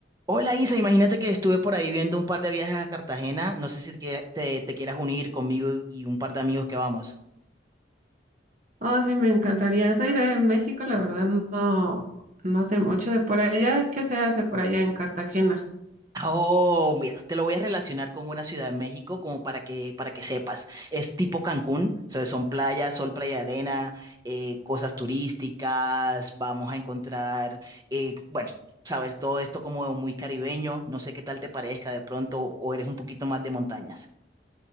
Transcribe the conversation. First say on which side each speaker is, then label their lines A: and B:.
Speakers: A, on the right (about 20°); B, on the right (about 40°).
A: Hola Isa, imagínate que estuve por ahí viendo un par de viajes a Cartagena. No sé si te, quiera- te- te quieras unir conmigo y y un par de amigos que vamos.
B: Oh, sí, me encantaría. Soy de México, la verdad no, no no sé mucho de por allá. ¿Qué se hace por allá en Cartagena?
A: Oh, mira, te lo voy a relacionar con una ciudad de México como para que, para que sepas. Es tipo Cancún, o sea, son playas, sol, playa, de arena, eh, cosas turísticas, vamos a encontrar, eh, bueno, sabes, todo esto como muy caribeño. No sé qué tal te parezca de pronto o eres un poquito más de montañas.